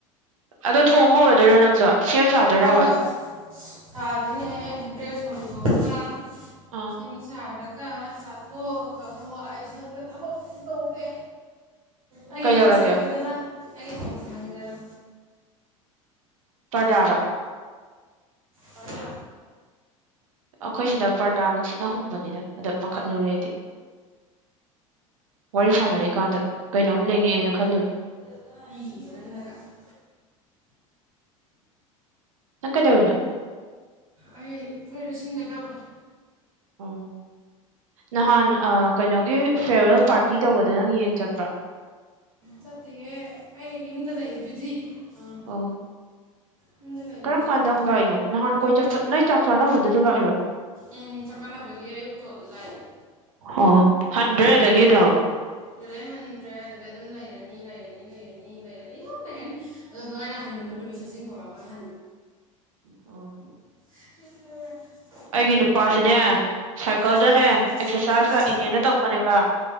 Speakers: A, on the right (about 70°); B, on the right (about 80°).
A: ꯑꯗꯣ ꯊꯣꯡ ꯍꯧꯔꯗꯣꯏꯔꯣ ꯅꯪꯁꯨ ꯁꯦꯝ ꯁꯥꯗꯣꯏꯔꯥꯕ
B: ꯍꯧꯔꯣ ꯁꯥꯗꯣꯏꯅꯦ ꯗ꯭ꯔꯦꯁ ꯍꯣꯡꯗꯣꯛꯑꯒ
A: ꯑꯥ
B: ꯁꯦꯝ ꯁꯥꯔꯒ ꯆꯥꯊꯣꯛꯑꯒ ꯍꯋꯥꯏ ꯁꯪꯅ ꯊꯕꯛ ꯇꯧꯒꯦ ꯑꯩꯒꯤ
A: ꯀꯩꯗꯧꯔꯒꯦ
B: ꯊꯕꯛꯁꯦ ꯈꯪꯈꯤꯗꯅ ꯑꯩꯒꯤ ꯊꯕꯛꯁꯦ ꯈꯪꯉꯤꯗꯅ
A: ꯄꯔꯗꯥꯗꯣ
B: ꯀꯔꯤ
A: ꯑꯩꯈꯣꯏ ꯁꯤꯗ ꯄꯔꯗꯥ ꯅꯨꯡꯁꯤꯠ ꯍꯨꯝꯕꯅꯤꯗ ꯑꯗ ꯄꯥꯈꯠꯂꯨꯔꯦ ꯑꯩꯗꯤ ꯋꯥꯔꯤ ꯁꯥꯟꯅꯔꯤꯀꯥꯟꯗ ꯀꯩꯅꯣꯝ ꯂꯦꯡꯉꯛꯑꯦꯅ ꯈꯜꯂꯨꯔꯦ
B: <inaudible>
A: ꯅꯪ ꯀꯩꯗꯧꯔꯤꯅꯣ
B: ꯑꯩ ꯐꯨꯔꯤꯠ ꯂꯤꯠꯁꯤꯟꯒꯦ ꯇꯧꯔꯤ
A: ꯑꯣ ꯅꯍꯥꯟ ꯑ ꯀꯩꯅꯣꯒꯤ ꯐꯦꯔꯋꯦꯜ ꯄꯥꯔꯇꯤ ꯇꯧꯕꯗ ꯅꯪ ꯌꯦꯡ ꯆꯠꯄ꯭ꯔꯥ
B: ꯆꯠꯇꯦꯍꯦ ꯑꯩ ꯌꯨꯝꯗ ꯂꯩꯗꯨꯗꯤ ꯑꯥ
A: ꯑꯣ
B: ꯌꯨꯝꯗ ꯂꯩꯕꯅꯤꯅ
A: ꯀꯔꯝ
B: ꯆꯠꯇꯦ
A: ꯀꯥꯟꯗ ꯑꯃꯨꯛ ꯂꯥꯛꯏꯅꯣ ꯅꯍꯥꯟ ꯀꯣꯏ ꯆꯠꯄ ꯅꯣꯏ ꯆꯥꯛ ꯆꯥꯅꯕꯗꯨꯗ ꯂꯥꯛꯏꯔꯣ
B: ꯎꯝ ꯆꯥꯛ ꯆꯥꯟꯅꯕꯒꯤ ꯑꯌꯨꯛꯇꯣ ꯑꯗꯨꯗ ꯂꯥꯛꯏꯕ
A: ꯑꯣ ꯍꯟꯗ꯭ꯔꯦ ꯑꯗꯒꯤ ꯑꯗꯨꯝ
B: ꯑꯗꯨꯗꯩ ꯍꯟꯗ꯭ꯔꯦ ꯑꯗꯨꯗꯩ ꯑꯗꯨꯝ ꯂꯩꯔꯅꯤ ꯂꯩꯔꯅꯤ ꯂꯩꯔꯅꯤ ꯂꯩꯔꯅꯤ ꯑꯗꯨꯝ ꯂꯩꯔꯅꯤ ꯑꯗꯣ ꯑꯗꯨ ꯑꯩꯅ ꯍꯟꯅꯤꯡꯕ ꯅꯨꯃꯤꯠ ꯁꯖꯤꯟ ꯍꯧꯔꯒ <inaudible>
A: ꯑꯣ
B: ꯎꯝ
A: ꯑꯩꯒꯤ ꯅꯨꯄꯥꯁꯨꯅꯦ ꯁꯥꯏꯀꯜꯗꯅꯦ
B: ꯑꯥ
A: ꯑꯦꯛꯁꯔꯁꯥꯏꯁ
B: ꯑꯥ
A: ꯂꯥꯛꯏꯅꯦꯅ ꯇꯧꯕꯅꯦꯕ